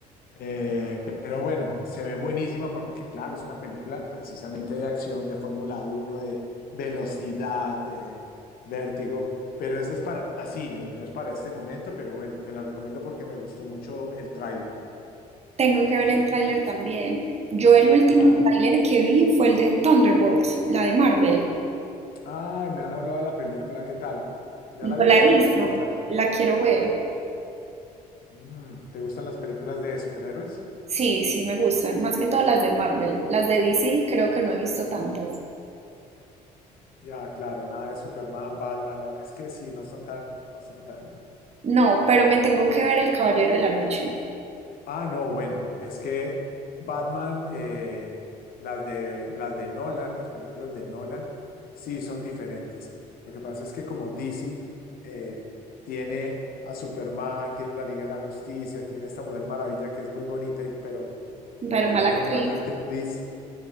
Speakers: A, on the left; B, on the right.
A: Eh, pero bueno, se ve buenísima porque, claro, es una película precisamente de acción, de Fórmula uno, de velocidad, de vértigo. Pero eso es para cines, no es para este momento. Pero bueno, te la recomiendo porque me gustó mucho el tráiler.
B: Tengo que ver el tráiler también. Yo el último
A: Claro.
B: tráiler que vi fue el de Thunderbolts, la de Marvel.
A: Ay, me han hablado de la película, ¿qué tal? ¿Ya la
B: No
A: viste?
B: la he visto,
A: No, solo el tráiler.
B: la quiero ver.
A: Mm, ¿te gustan las películas de superhéroes?
B: Sí, sí, me gustan, más que todas las de Marvel. Las de DC creo que no he visto tantas.
A: Ya, claro, nada de Superman, Batman. la- Es que sí, no son tan, no son tan.
B: No, pero me tengo que ver El Caballero de la Noche.
A: Ah, no, bueno, es que Batman, eh, las de, las de Nolan, las películas de Nolan, sí son diferentes. Lo que pasa es que como DC eh, tiene a Superman, tiene la Liga de la Justicia, tiene esta Mujer Maravilla que es muy bonita y pero, pero
B: Pero
A: que
B: mala
A: es muy
B: actriz.
A: mala actriz,